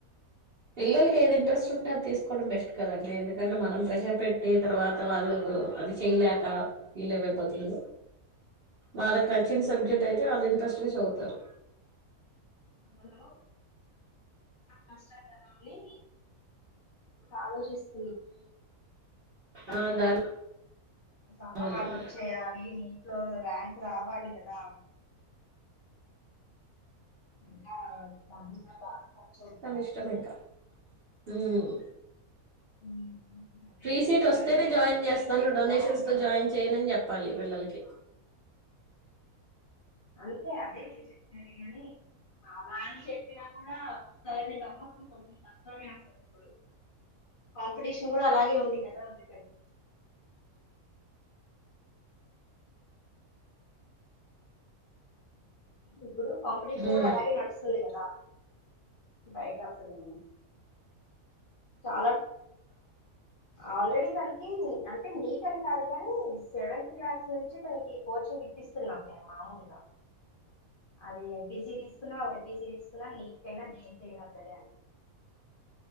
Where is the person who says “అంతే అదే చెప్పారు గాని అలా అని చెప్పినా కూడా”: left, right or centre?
Left